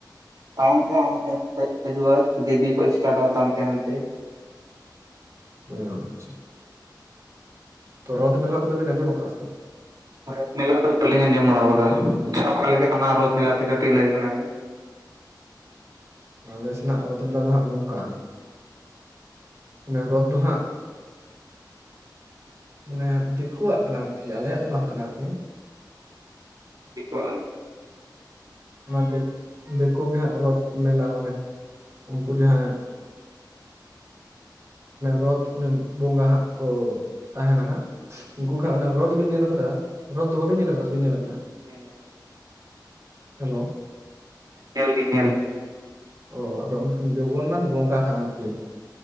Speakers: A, on the right; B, on the right.
A: ᱛᱟᱭᱚᱢ ᱛᱮ ᱦᱮᱜ ᱦᱤᱡᱩᱜᱼᱟᱭ ᱫᱮᱵᱤ ᱠᱚ ᱤᱥᱴᱟᱴᱚᱜᱼᱟ ᱵᱟᱛᱟᱱᱛᱮ ᱦᱟᱱᱛᱮ᱾
B: ᱚ ᱟᱪᱷᱟ ᱨᱚᱛ ᱢᱮᱞᱟ ᱠᱚᱫᱚ ᱵᱤᱱ ᱟᱸᱡᱚᱢ ᱟᱠᱟᱜᱼᱟ ᱥᱮ
A: ᱨᱳᱫᱽ ᱢᱮᱞᱟ ᱫᱚ ᱵᱟᱹᱞᱤᱧ ᱟᱸᱡᱚᱢ ᱵᱟᱲᱟ ᱟᱠᱟᱫᱟ ᱟᱪᱪᱷᱟ ᱚᱠᱟ ᱞᱮᱠᱟ ᱚᱱᱟ ᱨᱳᱫᱽ ᱢᱮᱞᱟᱛᱮ ᱠᱟᱹᱴᱤᱡ ᱞᱟᱹᱭ ᱵᱮᱱ ᱟᱵᱤᱱ
B: ᱟᱞᱮ ᱥᱮᱱᱟᱜ ᱨᱚᱛ ᱢᱮᱞᱟ ᱫᱚ ᱦᱟᱸᱜ ᱱᱚᱝᱠᱟ ᱚᱱᱟ ᱨᱚᱛ ᱫᱚ ᱦᱟᱸᱜ ᱢᱟᱱᱮ ᱫᱤᱠᱩᱣᱟᱜ ᱠᱟᱱᱟ ᱟᱨᱠᱤ ᱟᱞᱮᱭᱟᱜ ᱫᱚ ᱵᱟᱝ ᱠᱟᱱᱟ ᱟᱨᱠᱤ
A: ᱫᱤᱠᱩ
B: ᱚᱱᱟ ᱫᱮᱠᱩ ᱜᱮ ᱱᱟᱦᱟᱸᱜ ᱢᱮᱞᱟ ᱢᱟᱱᱮ ᱩᱱᱠᱩ ᱡᱟᱦᱟᱸᱭ ᱨᱚᱛ ᱚᱱᱮ ᱵᱚᱸᱜᱟ ᱦᱟᱸᱜ ᱠᱚ ᱛᱟᱦᱮᱸᱱᱟ ᱦᱟᱸᱜ ᱩᱱᱠᱩ ᱠᱷᱚᱱ ᱨᱚᱛ ᱵᱤᱱ ᱧᱮᱞ ᱟᱠᱟᱫᱟ ᱨᱚᱛ ᱫᱚ ᱵᱟᱵᱤᱱ ᱧᱮᱞ ᱟᱠᱟᱫᱟ ᱥᱮ ᱵᱤᱱ ᱧᱮᱞ ᱟᱠᱟᱫᱟ
A: ᱧᱮᱞ
B: ᱦᱮᱞᱳ
A: ᱧᱮᱞ ᱜᱮ ᱧᱮᱞ
B: ᱚ ᱟᱫᱚ ᱩᱱᱠᱤᱱ ᱡᱚᱜᱚᱱᱱᱟᱛᱷ ᱵᱚᱸᱜᱟ ᱦᱟᱸᱜ ᱟᱨᱠᱤ